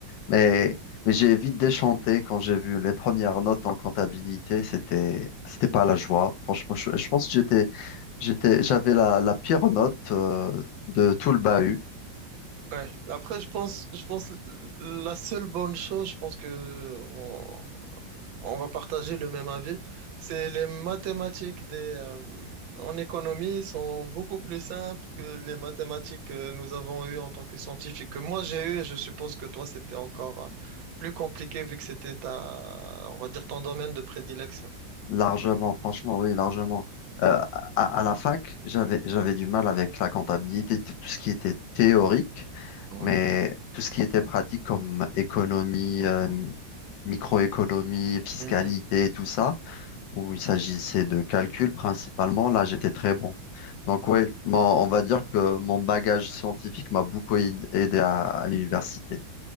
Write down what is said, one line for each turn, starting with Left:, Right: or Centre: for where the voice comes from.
Left: Mais, mais j'ai vite déchanté quand j'ai vu les premières notes en comptabilité. C'était, c'était pas la joie. Franchement, je, je pense que j'étais, j'étais, j'avais la, la pire note euh, de tout le bahut.
Right: Ouais. Après, je pense, je pense l- l- la seule bonne chose, je pense que on, on va partager le même avis, c'est les mathématiques des, euh, en économie sont beaucoup plus simples que les mathématiques que nous avons eues en tant que scientifiques, que moi j'ai eues, et je suppose que toi c'était encore euh, plus compliqué vu que c'était ta, on va dire ton domaine de prédilection.
Left: Largement, franchement, oui, largement. Euh, à, à la fac, j'avais, j'avais du mal avec la comptabilité, tout tout ce qui était théorique,
Right: Ouais.
Left: mais tout ce qui était pratique comme économie, euh, microéconomie, fiscalité,
Right: Mhm.
Left: tout ça. où il s'agissait de calcul principalement, là j'étais très bon. Donc
Right: Ouais.
Left: oui, on va dire que mon bagage scientifique m'a beaucoup aid- aidé à, à l'université.